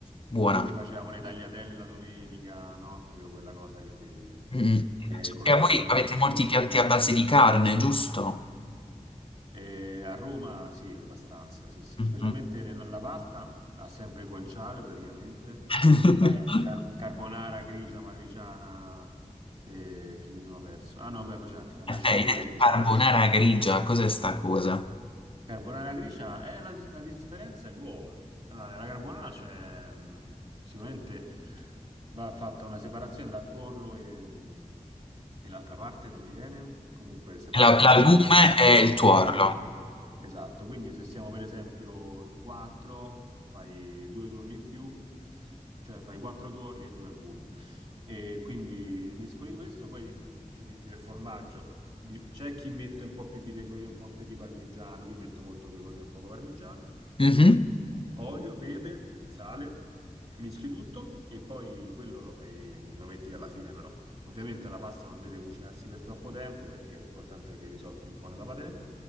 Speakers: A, on the left (about 40°); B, on the right (about 45°).
A: buona.
B: quindi facevamo le tagliatelle la domenica, no? Proprio quella cosa che vedi,
A: Mm.
B: eh, con
A: E
B: la-
A: voi
B: con i
A: avete
B: vecchi
A: molti
B: strumenti.
A: piatti a base di carne, giusto?
B: Eh, a Roma sì, abbastanza, sì, sì.
A: Mhm.
B: Specialmente nella la pasta ha sempre il guanciale praticamente,
A: <laughs>
B: Cioè, Eh, car- carbonara grigia, matriciana, eh, che mi sono perso. Ah no, beh, poi c'è anche la cacio
A: Eh,
B: e
A: hai
B: pepe
A: detto
B: che
A: Carbonara
B: però non ce l'ha.
A: grigia, cos'è sta cosa?
B: Carbonara grigia, eh, la, la differenza è l'uovo. Allora, nella carbonara c'è mh, sicuramente va fatta una separazione tra tuorlo e, mh, e l'altra parte, non mi viene. Comunque separi
A: La-
B: il
A: L'albume
B: giallo dal bianco,
A: e il tuorlo.
B: dal buio. Esatto, quindi se siamo per esempio in quattro, fai due tuorli in più, cioè fai quattro tuorli e due albumi. E quindi miscoli questo, poi ci metti del formaggio. Di- C'è chi mette un po' più di pecorino, un po' più di parmigiano, io metto molto pecorino e poco parmigiano.
A: Mhm.
B: Olio, pepe, sale, mischi tutto e poi quello lo fai, lo metti alla fine però. Ovviamente la pasta non deve cucinarsi per troppo tempo perché è importante che risotti un po' nella padella.